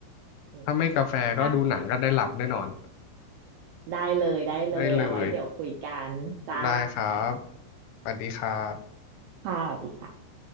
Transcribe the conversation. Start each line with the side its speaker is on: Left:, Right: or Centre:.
Right: อืม
Left: ถ้าไม่กาแฟก็ดูหนังก็ได้หลับแน่นอน
Right: อ่ะได้เลยได้เลยเอาไว้เดี๋ยวคุยกันจ้า
Left: ได้เลยได้ครับสวัสดีครับ
Right: ค่ะสวัสดีค่ะ